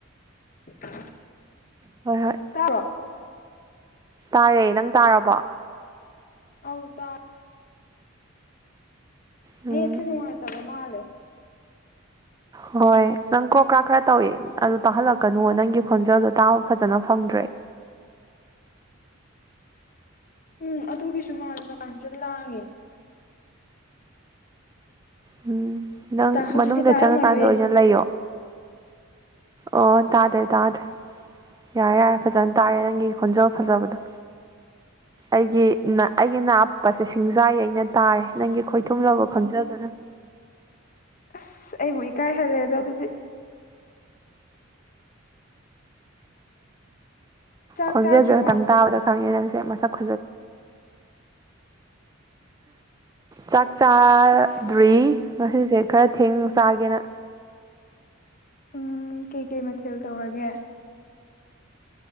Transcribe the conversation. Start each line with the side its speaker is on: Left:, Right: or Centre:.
Left: <unintelligible>
Right: ꯍꯣꯏ ꯍꯣꯏ
Left: ꯇꯥꯕ꯭ꯔꯣ
Right: ꯇꯥꯔꯦ ꯅꯪ ꯇꯥꯔꯕꯣ
Left: ꯑꯧ ꯇꯥ
Right: ꯎꯝ
Left: ꯅꯦꯠꯁꯤ ꯅꯨꯡꯉꯥꯏꯇꯕ ꯃꯥꯜꯂꯦ
Right: ꯍꯣꯏ ꯅꯪ ꯀ꯭ꯔꯣ ꯀ꯭ꯔꯥꯛ ꯈꯔ ꯇꯧꯋꯦ ꯑꯗꯨ ꯇꯥꯍꯜꯂꯛꯀꯅꯨꯋꯣ ꯅꯪꯒꯤ ꯈꯣꯟꯖꯦꯜꯗꯣ ꯇꯥꯕ ꯐꯖꯅ ꯐꯪ ꯗ꯭ꯔꯦ
Left: ꯎꯝ ꯑꯗꯨꯒꯤꯁꯨ ꯃꯥꯜꯂꯦ ꯃꯄꯥꯟꯁꯤꯗ ꯂꯥꯡꯉꯦ
Right: ꯎꯝ ꯅꯪ
Left: ꯇꯥ ꯍꯧꯖꯤꯛꯇꯤ
Right: ꯃꯅꯨꯡꯗ
Left: ꯇꯥꯔꯝꯃꯔꯣꯏꯌꯦ
Right: ꯆꯪꯉꯀꯥꯟꯗ ꯑꯣꯏꯅ ꯂꯩꯌꯣ ꯑꯣ ꯇꯥꯗ꯭ꯔꯦ ꯇꯥꯗ꯭ꯔꯦ ꯌꯥꯔꯦ ꯌꯥꯔꯦ ꯐꯖꯟ ꯇꯥꯔꯦ ꯅꯪꯒꯤ ꯈꯣꯟꯖꯦꯜ ꯐꯖꯕꯗꯣ ꯑꯩꯒꯤ ꯅ ꯑꯩꯒꯤ ꯅꯥꯞꯄꯁꯦ ꯁꯤꯡꯖꯥ ꯌꯩꯅ ꯇꯥꯔꯦ ꯅꯪꯒꯤ ꯈꯣꯏꯊꯨꯝ ꯂꯕ ꯈꯣꯟꯖꯦꯜꯗꯨꯅ
Left: ꯑꯁ ꯑꯩꯕꯨ ꯏꯀꯥꯏꯍꯜꯂꯦꯗ ꯑꯗꯨꯗꯤ ꯆꯥꯛ
Right: ꯈꯣꯟꯖꯦꯜꯖꯦ
Left: ꯆꯥꯗ꯭ꯔꯤꯕꯣ
Right: ꯈꯇꯪ ꯇꯥꯕꯗ ꯈꯪꯉꯦ ꯅꯪꯁꯦ ꯃꯁꯛ <inaudible> ꯆꯥꯛ ꯆꯥꯔꯗ꯭ꯔꯤ
Left: ꯑꯁ
Right: ꯉꯁꯤꯁꯦ ꯈꯔ ꯊꯦꯡꯅ ꯆꯥꯒꯦꯅ
Left: ꯎꯝ ꯀꯩꯀꯩ ꯃꯊꯦꯜ ꯇꯧꯔꯒꯦ